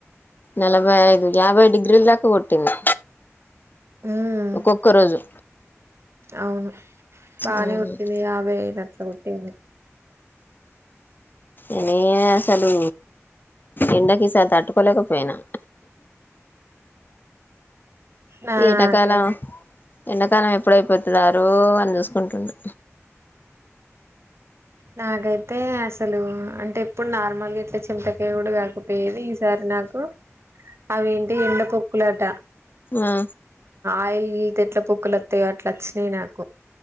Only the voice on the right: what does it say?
ఉమ్
అవును బానే
కోట్టింది యాబైఐదు అట్ల కొట్టింది
నాకే
నాకైతే అసలు అంటే ఎప్పుడు నార్మల్ ఇట్లా చెమటకాయ కాకపోయేది ఈసారి నాకు అవి ఏంటి ఎండ పొక్కులట
ఆయిల్ <unintelligible> చెల్లితే ఎట్లా పొకులు వస్తాయో అట్లా వచ్చినాయి నాకు